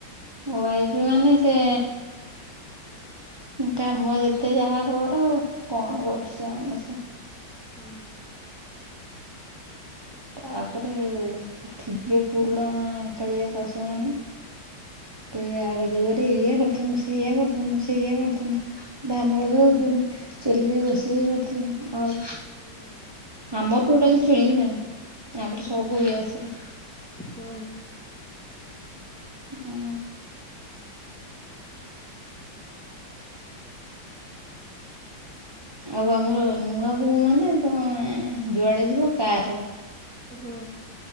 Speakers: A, on the right; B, in the centre.
A: ୱାଇଫ ମାନେ ସେ କାମ ଯେତେ ଯାହା କର କଣ କରୁଚି <unintelligible>
B: ହୁଁ।
A: ତାପରେ ଥିବେ ପୁରୁଣା କାଳିଆ ଶାଶୁ ମାନେ କହିବେ ଆଗ ଯୁଗରେ ଏଇଆ କରୁଥୁନୁ ସେଇଆ କରୁଥୁନୁ ସେଇଆ କରୁଥୁନୁ ଧାନ ବଶୋଉଥୁନୁ ଚୁଲି ରେ ରୋଷେଇ କରୁଥୁନୁ ଆଉ
B: ହୁଁ।
A: ଆମର ଟୋଟାଲି ଚୁଲି ନାହିଁ। ଆମର ସବୁ ଗ୍ୟାସ୍ ରେ।
B: ହୁଁ।
A: ହୁଁ। ଆଉ ଆମର ନୂଆ ବୋଉ ମାନେ ପୁରା ଏଁ ଉଁ ଯୁଆଡେ ଯିବ କାର ରେ
B: ହୁଁ